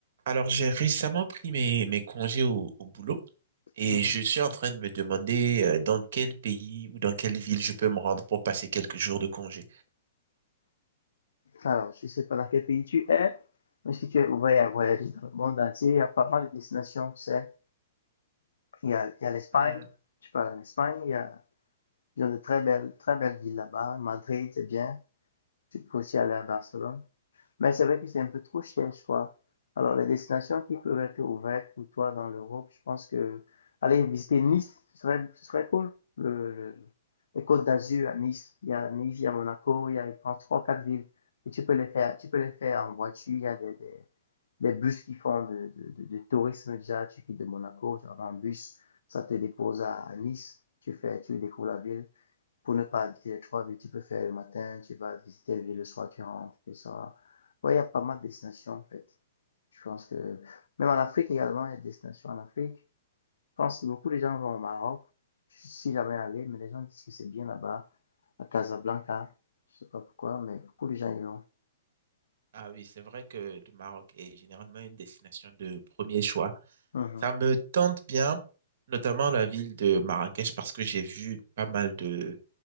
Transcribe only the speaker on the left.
Mhm.
Alors, je ne sais pas dans quel pays tu es, mais si tu es ouvert à voyager dans le monde entier, il y a pas mal de destinations, tu sais. Il y a, il y a l'Espagne,
tu parles en Espagne, il y a, ils ont de très belles, très belles villes là-bas. Madrid, c'est bien. Tu peux aussi aller à Barcelone. Mais c'est vrai que c'est un peu trop cher, je crois. Alors, les destinations qui peuvent être ouvertes pour toi dans l'Europe, je pense que aller visiter Nice, ce serait, ce serait cool. Le, le- les Côtes d'Azur à Nice, il y a Nice, il y a Monaco, il y a, je pense, trois, quatre villes. Et tu peux les faire, tu peux les faire en voiture. Il y a des, des, des bus qui font de, de, de- de tourisme déjà. Tu quittes de Monaco, tu vas en bus, ça te dépose à, à Nice. Tu fais, tu découvres la ville pour ne pas habiter les trois villes. Tu peux faire le matin, tu vas visiter les villes le soir, tu rentres, tout ça. Ouais, il y a pas mal de destinations en fait. Je pense que même en Afrique également, il y a des destinations en Afrique. Je pense que beaucoup de gens vont au Maroc. Je suis si jamais allé, mais les gens disent que c'est bien là-bas, à Casablanca. Je sais pas pourquoi, mais beaucoup de gens y vont.
Mhm,